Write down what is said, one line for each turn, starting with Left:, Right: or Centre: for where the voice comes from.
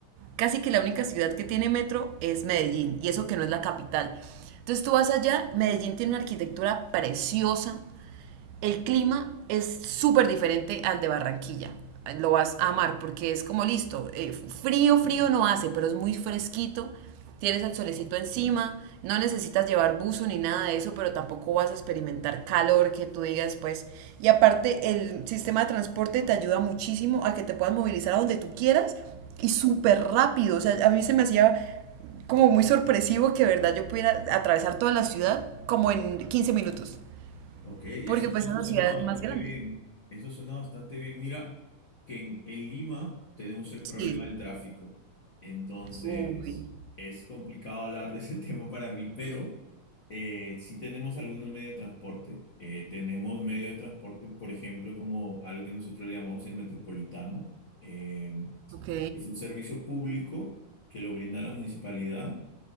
Right: casi que la única ciudad que tiene metro es Medellín, y eso que no es la capital. Entonces tú vas allá, Medellín tiene una arquitectura preciosa, el clima es súper diferente al de Barranquilla. Lo vas a amar porque es como listo. eh, frío, frío no hace, pero es muy fresquito. Tienes el solecito encima. No necesitas llevar buzo ni nada de eso, pero tampoco vas a experimentar calor que tú digas, pues. Y aparte, el sistema de transporte te ayuda muchísimo a que te puedas movilizar a donde tú quieras y súper rápido. O sea, a mí se me hacía como muy sorpresivo que, de verdad, yo pudiera atravesar toda la ciudad como en 15 minutos.
Left: Ok, eso,
Right: Porque pues
Left: eso
Right: es la
Left: suena
Right: ciudad
Left: bastante
Right: más grande.
Left: bien. Eso suena bastante bien. Mira que en, en Lima tenemos el problema
Right: Sí,
Left: del tráfico. Entonces,
Right: Uy,
Left: es complicado hablar de ese <laughs> tema para mí, pero eh, sí tenemos algunos medios de transporte. Eh, tenemos medio de transporte, por ejemplo, como algo que nosotros le llamamos el metropolitano. Eh,
Right: ok.
Left: es un servicio público que lo brinda la municipalidad